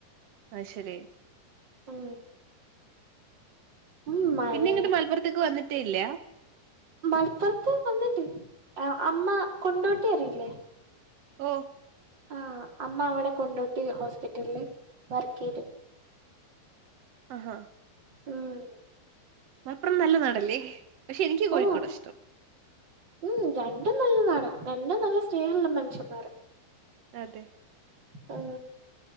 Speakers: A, on the right; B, on the right.
A: ആഹ ശരി
B: ഉം ഉം മഴയെ
A: പിന്നെ ഇങ്ങിട്ട് മലപ്പുറത്തേക്ക് വന്നിട്ടേ ഇല്ല
B: മലപ്പുറത്ത് വന്നിണ്ട് അമ്മ കൊണ്ടോട്ടി അറിയില്ലേ
A: ഓ
B: ആഹ അമ്മ അവിടെ കൊണ്ടോട്ടി ഹോസ്പിറ്റലില് വർക്ക് ചെയ്തിട്ട്
A: ആഹാ
B: ഉം
A: മലപ്പുറം നല്ല നാടല്ലേ പക്ഷെ എനിക്ക് കോഴിക്കോട
B: ഓ
A: ഇഷ്ടം
B: ഉം രണ്ടും നല്ല നടാടാ നന്ന നല്ല സ്നേഹണല്ല മനുഷ്യന്മാര്
A: അതെ
B: ഉ